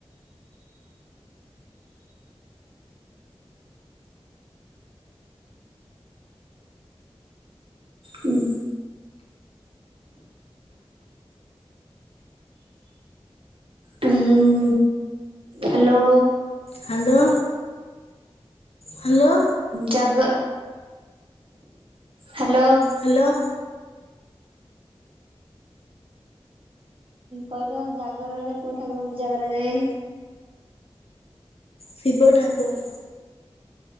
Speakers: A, on the right; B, on the left.
A: ହୁଁ। ହୁଁ ହ୍ୟାଲୋ
B: ହ୍ୟାଲୋ ହ୍ୟାଲୋ
A: ଜାଗ -- ହ୍ୟାଲୋ
B: ହ୍ୟାଲୋ
A: କହିଲ ଜାଗରରେ କୋଉ ଠାକୁରଙ୍କୁ ପୂଜା କରାଯାଏ?
B: ଶିବ ଠାକୁର।